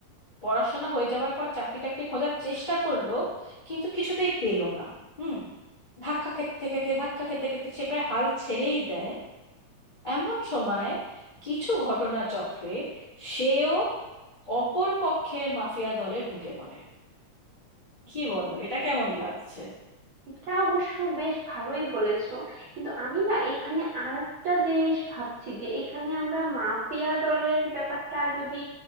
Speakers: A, on the left; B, on the right.
A: পড়াশোনা হয়ে যাওয়ার পর চাকরি টাকরি খোঁজার চেষ্টা করলো কিন্তু কিছুতেই পেলো না হুম ধাক্কা খেতে খেতে ধাক্কা খেতে খেতে সে প্রায় হাল ছেড়েই দেয় এমন সময় কিছু ঘটনাচক্রে সেও অপর পক্ষের মাফিয়া দলে ঢুকে পড়ে কি বলো এটা কেমন লাগছে
B: এটা অবশ্য বেশ ভালোই বলেছো কিন্তু আমি না এখানে আরেকটা জিনিস ভাবছি যে এখানে আমরা মাফিয়া দলের ব্যাপারটা যদি